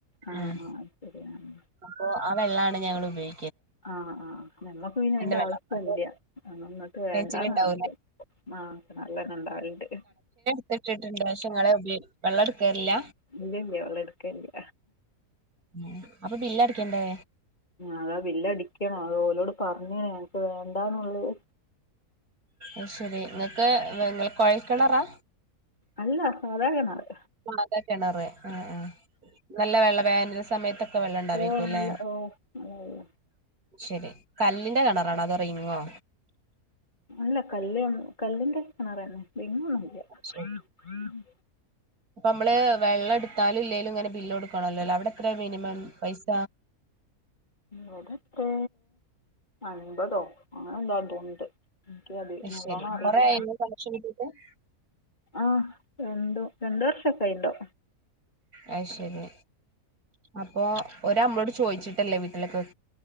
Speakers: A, on the left; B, on the right.
A: ആഹ്ആഹ്
B: ഉം
A: അയ് ശരിയാണ്
B: അപ്പൊ ആ വെള്ളാ--ണ് ഞങ്ങൾ ഉപയോ
A: ആഹ് ആഹ നമ്മുക്ക് പിന്നെ അതിന്റെ
B: വെള്ളം
A: ആവശ്യം
B: അപ്പൊ
A: ഇല്ല അന്നിട്ട് വേണ്ട
B: കിണറ്റിലുണ്ടാവൂല
A: നമക്ക് ആക്ക നല്ലന്ന ഉണ്ടാവിണ്ട്
B: പൈപ്പ് വെച്ചിട്ട് ങ്ങള് വെള്ളം എടുക്കാറില്ല
A: ഇല്ല ഇല്ല വെള്ളം എടുക്കലില്ല
B: ഉ അപ്പൊ ബില്ല അടക്കണ്ടേ
A: അതാ ബില്ല് അടിക്കണം അത് ഓലോട് പറഞ്ഞക്കണ് ഞങ്ങൾക്ക്വേണ്ടാന്നുള്ളത്
B: അയ്ശരി നിങ്ങക്ക് കുഴൽ കിണറാ
A: അല്ല സാധാ കിണറ്
B: സാധാ കിണറ് ആ ഹആ ഹനല്ല വെള്ള വേന സമയത്തൊക്കെ ഒക്കെ വെള്ളണ്ടാവരിക്കല്ലേ
A: ഓ നല്ല ഓ നല്ല വെള്ളം
B: ശരി കല്ലിന്റെ കിണറാണ അതൊറിങ്ങോ
A: അല്ല കല് കല്ലിന്റെകി ണറന്നെ ഇങ്ങ
B: <unintelligible>
A: ഉം
B: അപ്പൊ മ്മള് വെള്ളം എടുത്താലും ഇല്ലേലും ഇങ്ങനെ ബില്ല് കൊടുക്കണല്ലോല്ലോ അവിടെ എത്ര മിനിമം പൈസ
A: അവിടെ ത്തെ അൻ പതോ അങ്ങനെ എന്താതൊണ്ട് ക്കും അതെ നല്ലോണം
B: ശരി
A: അറിയില്ല
B: കൊറേ <unintelligible>
A: ആ രണ്ടു രണ്ട് വർഷംക്കെയിണ്ടോ
B: അ യ് ശരി അപ്പൊ ഓ രു മ്മളോട് ചോയിച്ചിട്ടല്ലേ വീട്ടിലൊക്കെ വെ